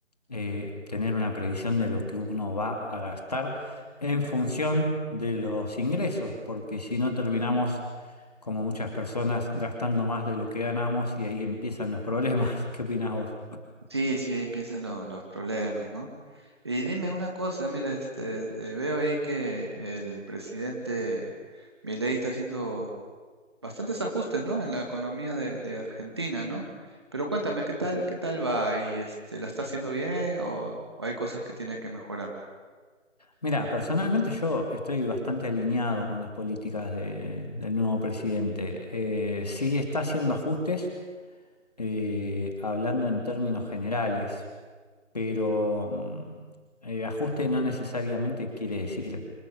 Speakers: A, on the left; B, on the right.
A: eh, tener una previsión de lo que uno va a gastar en función de los ingresos, porque si no terminamos, como muchas personas, gastando más de lo que ganamos y ahí empiezan los problemas. <laughs> ¿Qué opinas vos?
B: Sí, sí, ahí empiezan lo- los problemas, ¿no? Y dime una cosa, mira, este, eh, veo ahí que el presidente Milei está haciendo bastantes ajustes, ¿no? En la economía de, de Argentina, ¿no? Pero cuéntame, ¿qué tal, qué tal va? ¿Y este, la está haciendo bien o hay cosas que tiene que mejorar?
A: Mira, personalmente yo estoy bastante alineado con las políticas de- del nuevo presidente. Eh, sí está haciendo ajustes, eh, hablando en términos generales pero mm, eh, ajuste no necesariamente quiere decir